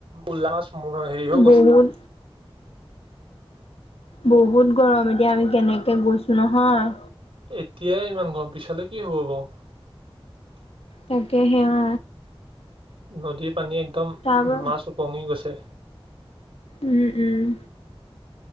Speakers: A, on the right; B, on the left.
A: উোল্লা মাছ ম হেৰি হৈ
B: বহুত
A: গৈছে
B: বহুত গৰম এতিয়া আমি কেনেকে গৈছো নহয়
A: এতিয়াই ইমান গম পিছলৈ কি হ'ব বাৰু
B: তাকে সে অ
A: নদীৰ পানী একদম
B: তাৰ পৰা
A: মাছ ওপঙি গৈছে,
B: উম উম